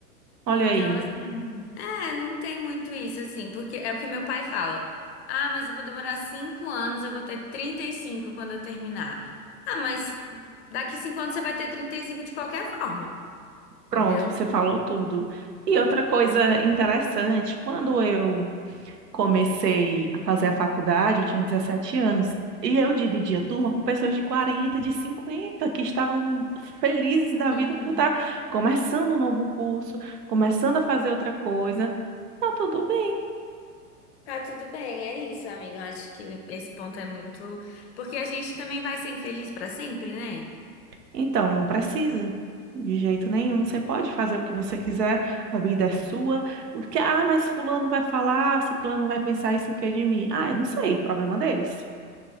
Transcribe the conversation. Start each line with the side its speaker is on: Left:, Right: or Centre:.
Right: olha
Left: Então,
Right: aí.
Left: assim, é, não tem muito isso, assim, porque é o que meu pai fala. Ah, mas eu vou demorar cinco anos, eu vou ter 35 quando eu terminar. Ah, mas daqui cinco anos você vai ter 35 de qualquer forma,
Right: Pronto,
Left: entendeu?
Right: você falou tudo. E outra coisa interessante, quando eu comecei a fazer a faculdade, eu tinha 17 anos, e eu dividia turma com pessoas de 40, de 50, que estavam felizes da
Left: Uhum.
Right: vida por estar começando um novo curso, começando a fazer outra coisa. Tá tudo bem.
Left: Tá tudo bem, é isso, amiga. Eu acho que esse ponto é muito. Porque a gente também vai ser infeliz pra sempre, né?
Right: Então, não precisa. De jeito nenhum. Você pode fazer o que você quiser, a vida é sua. O que, ah, mas fulano vai falar, ciclano vai pensar isso que é de mim. Ah, eu não sei, problema deles.